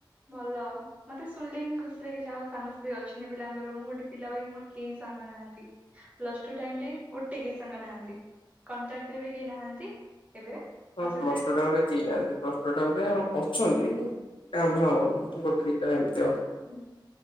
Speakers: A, on the right; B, on the left.
A: ଭଲ ମତେ ଶୁିନିଲେ ହିଁ ଖୁସି ଲାଗେ ଯାହାହଉ ସାଙ୍ଗସାଥି ଅଛନ୍ତି ପିଲାଙ୍କର ମୁଁ ଗୋଟେ ପିଲା ଭାଇ ମୋର କେହି ସାଙ୍ଗ ନାହାନ୍ତି। ପ୍ଲସଟୁ ଟାଇମରେ ଗୋଟେ କେହି ସାଙ୍ଗ ନାହାନ୍ତି କଣ୍ଟ୍ରାକ ରେ ବି କେହି ନାହାନ୍ତି ଏବେ।
B: ହଁ
A: ଆଉ ସେତେବେଳେ
B: ପ୍ଲସ ଟୁ ଟା ଭାରି ତି ନାହାନ୍ତି ପ୍ଲସ ଟୁ ଗୋଟେ ଅ ଅଛନ୍ତି କା ମ୍ଭା ଗୋଟେ ଦିଟା ଏମତି ଆଉ।
A: ହୁଁ